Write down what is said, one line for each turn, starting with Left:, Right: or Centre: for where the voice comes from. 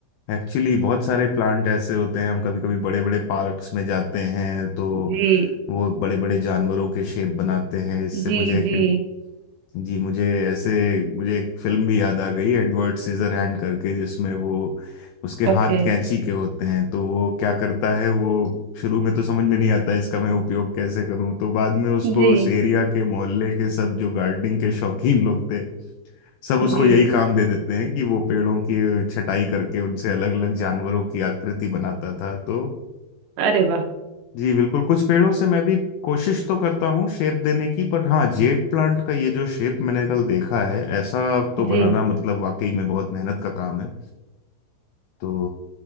Left: एक्चुअली बहुत सारे प्लांट ऐसे होते हैं हम कभी कभी बड़े बड़े पार्क्स में जाते हैं तो
Right: जी
Left: वो बड़े बड़े जानवरों के शेप बनाते हैं इससे
Right: जी
Left: मुझे एक
Right: जी
Left: जी मुझे ऐसे मुझे एक फिल्म भी याद आ गई एडवर्ड सीजर हैंड करके जिसमें वो उसके
Right: ओके
Left: हाथ कैंची के होते हैं तो वो क्या करता है वो शुरू में तो समझ में नहीं आता इसका मैं उपयोग कैसे करूं तो बाद में उसको
Right: जी
Left: उस एरिया के मोहल्ले के सब जो गार्डनिंग के शौकीन लोग थे सब उसको
Right: जी
Left: यही काम दे देते हैं कि वो पेड़ों की छटाई करके उनसे अलग अलग जानवरों की आकृति बनाता था तो
Right: अरे वाह
Left: जी बिल्कुल कुछ पेड़ों से मैं भी कोशिश तो करता हूँ शेप देने की पर हाँ जेड प्लांट का ये जो शेप मैंने कल देखा है ऐसा तो
Right: जी
Left: बनाना मतलब वाकई में बहुत मेहनत का काम है तो